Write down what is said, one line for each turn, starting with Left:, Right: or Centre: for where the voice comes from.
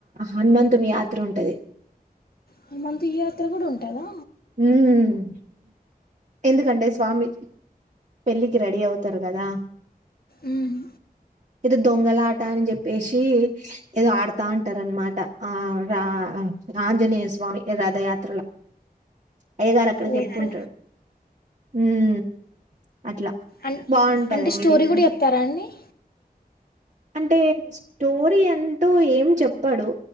Right: హనుమంతుని యాత్ర ఉంటది
Left: హనుమంత్ ఈ యాత్ర కూడా ఉంటదా
Right: ఉ మ్ ఎందుకంటే స్వామి పెళ్ళికి రెడీ అవతారు కదా
Left: ఉహ్మ్
Right: ఏదో దొంగలాట అని చెప్పేసి ఏదో ఆడతా అంటారు అనమాట ఆ రా మ్ ఆంజనేయ స్వామి రథయాత్రల అయ్య గారు అక్కడ
Left: ఓహో
Right: చెప్పుంటడు ఉమ్ అట్ల
Left: అన్-
Right: బాగుంటదండి
Left: అంటే స్టోరీ
Right: డిఫరెంట్
Left: కూడా చెప్తారా అండి
Right: అంటే స్టోరీ అంటూ ఏం చెప్పడు